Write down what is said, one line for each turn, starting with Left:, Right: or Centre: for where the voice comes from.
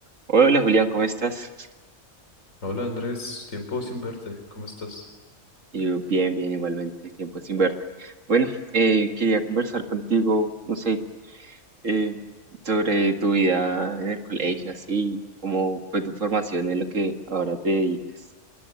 Right: Hola Julián, ¿cómo estás?
Left: Hola Andrés, tiempo sin verte, ¿cómo estás?
Right: Y yo, bien, bien, igualmente, tiempo sin verte. Bueno, eh, quería conversar contigo, no sé, eh, sobre tu vida en el colegio, así, cómo fue tu formación en lo que ahora te dedicas,